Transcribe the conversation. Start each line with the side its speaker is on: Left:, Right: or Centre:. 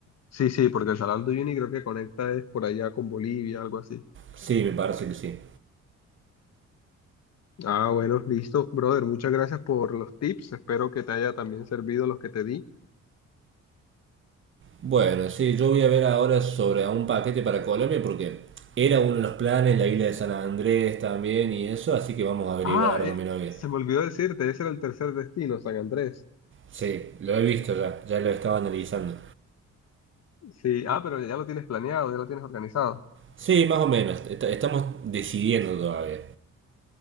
Left: Sí, sí, porque el Salar de Uyuni creo que conecta es por allá con Bolivia, algo así.
Right: Sí, me parece que sí.
Left: Ah, bueno, listo, brother. Muchas gracias por los tips. Espero que te haya también servido los que te di.
Right: Bueno, sí, yo voy a ver ahora sobre un paquete para Colombia porque era uno de los planes, la isla de San Andrés también y eso, así que vamos a averiguar
Left: Ah,
Right: ahora
Left: eh,
Right: con mi novia.
Left: se me olvidó decirte, ese era el tercer destino, San Andrés.
Right: Sí, lo he visto ya, ya lo estaba analizando.
Left: Sí, ah, pero ya lo tienes planeado, ya lo tienes organizado.
Right: Sí, más o menos, est- estamos decidiendo todavía.